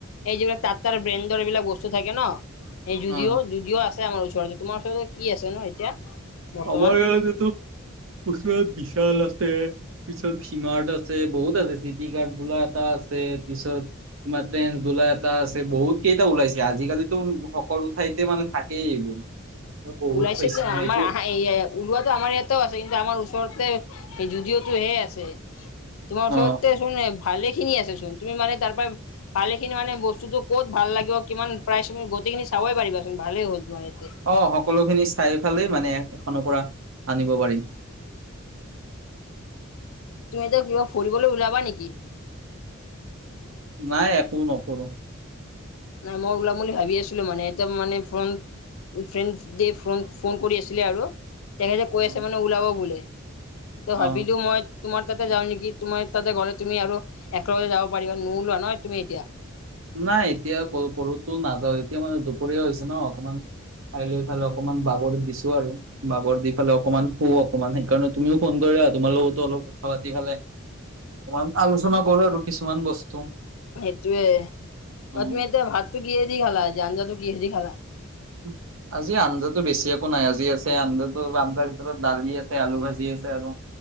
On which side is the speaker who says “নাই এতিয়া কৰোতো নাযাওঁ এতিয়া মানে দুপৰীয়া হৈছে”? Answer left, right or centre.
Right